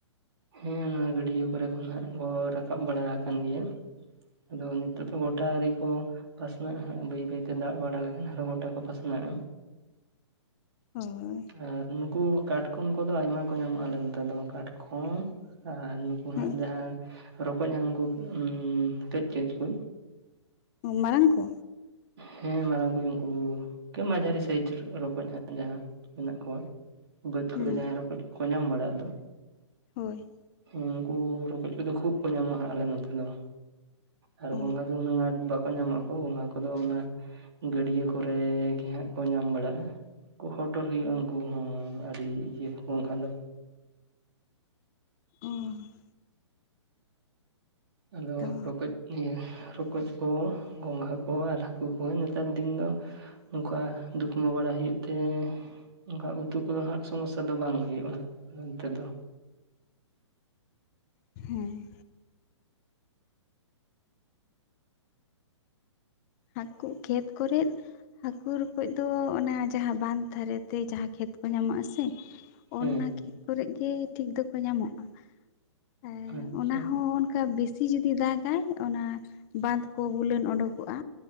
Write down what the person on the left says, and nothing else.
ᱦᱳᱭ ᱾
ᱦᱮᱸ
ᱢᱟᱨᱟᱝ ᱠᱚ᱾
ᱦᱮᱸ
ᱦᱳᱭ᱾
ᱚ
ᱚ ᱦᱮᱸ
ᱛᱚ
ᱦᱮᱸ ᱦᱟᱹᱠᱩ ᱠᱷᱮᱛ ᱠᱚᱨᱮᱫ ᱦᱟᱹᱠᱩ ᱨᱠᱚᱡ ᱫᱚ ᱚᱱᱟ ᱡᱟᱦᱟᱸ ᱵᱟᱸᱫᱷ ᱫᱷᱟᱨᱮᱛᱮ ᱡᱟᱦᱟᱸ ᱠᱷᱮᱛ ᱠᱚ ᱧᱟᱢᱚᱜ-ᱟ ᱥᱮ
ᱚᱱᱱᱟ ᱠᱷᱮᱛ ᱠᱚᱨᱮ ᱜᱮ ᱴᱷᱤᱠ ᱫᱚᱠᱚ ᱧᱟᱢᱚᱜᱼᱟ᱾ ᱟᱨ
ᱚᱱᱟ ᱦᱚᱸ ᱚᱱᱠᱟ ᱵᱮᱥᱤ ᱥᱤ ᱡᱩᱫᱤ ᱫᱟᱜᱟᱭ ᱚᱱᱟ ᱵᱟᱸᱫᱽ ᱠᱚ ᱵᱩᱞᱟᱹᱱ ᱚᱰᱩᱠᱚᱜᱼᱟ᱾